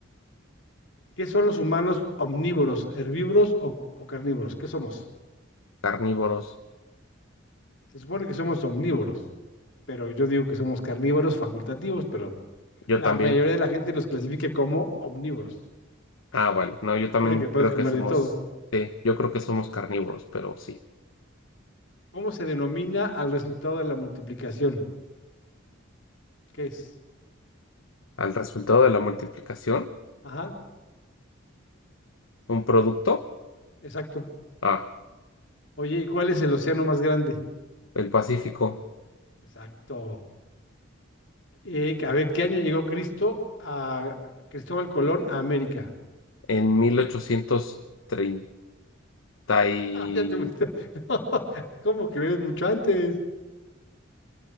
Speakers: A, on the left; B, on the left.
A: ¿Qué son los humanos omnívoros, herbívoros o, o carnívoros? ¿Qué somos?
B: Carnívoros.
A: Se supone que somos omnívoros, pero yo digo que somos carnívoros facultativos, pero
B: Yo
A: la
B: también.
A: mayoría de la gente los clasifica como omnívoros.
B: Ah, vale. No,
A: Se
B: yo
A: supone
B: también
A: que
B: creo
A: puedes comer
B: que somos,
A: de todo.
B: eh, yo creo que somos carnívoros, pero sí.
A: ¿Cómo se denomina al resultado de la multiplicación? ¿Qué es?
B: Al resultado de la multiplicación,
A: Ajá,
B: un producto,
A: exacto.
B: ah,
A: Oye, ¿y cuál es el océano más grande?
B: el Pacífico,
A: Exacto. Eh, a ver, ¿qué año llegó Cristo a Cristóbal Colón a América? <laughs>
B: en 1830 y
A: Ah, ya te fuiste. <laughs> No, ¿Cómo crees? Mucho antes.